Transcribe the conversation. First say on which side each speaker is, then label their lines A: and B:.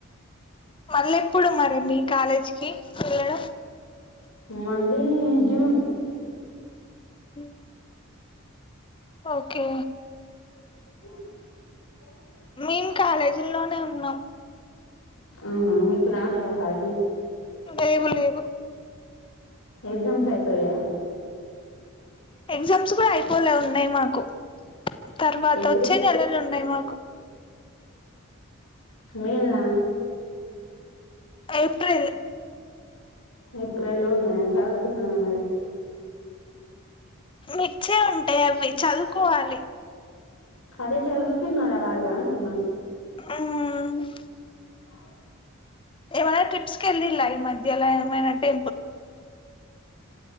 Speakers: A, on the left; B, on the left.
A: మళ్ళీ ఎప్పుడు మరి మీ కాలేజ్కి వేల్లడం
B: మళ్ళీ జూన్
A: ఉ ఓకే
B: స
A: మేం కాలేజీ లోనే ఉన్నాం
B: అవునా మీకు రా లేదా హల్
A: లేవు లేవు
B: ఎగ్జామ్స్ అయిపోయా
A: ఎగ్జామ్స్ కూడా అయిపోలే ఉన్నాయి మాకు తర్వాత
B: ఎప్పుడు
A: వచ్చి నెలలు న్నా మాకు
B: మేల్లా
A: ఏప్రిల్
B: ఏప్రిల్లోన చదువుతున్నార మరి
A: మిచ్చే ఉంటాయి అవి చదువుకోవాలి
B: అదే చదువుతున్నారా బాగా అంటున్నా
A: మ్
B: దు
A: ఏమైనా ట్రిప్స్ కి వెళ్ళిలా, ఈ మధ్యలా ఏమైనా టి